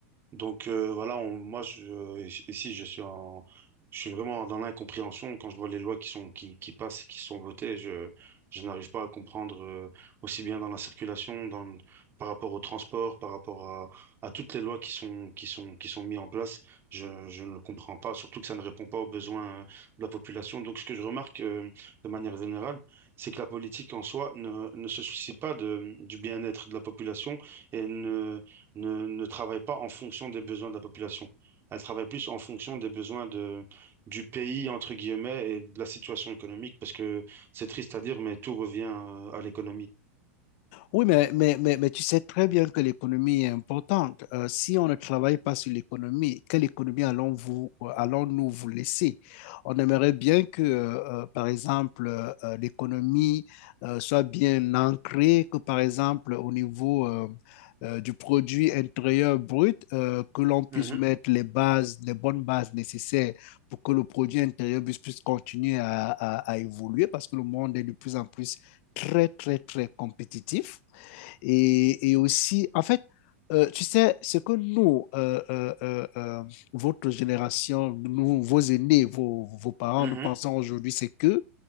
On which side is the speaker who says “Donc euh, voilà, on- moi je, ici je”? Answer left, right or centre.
Right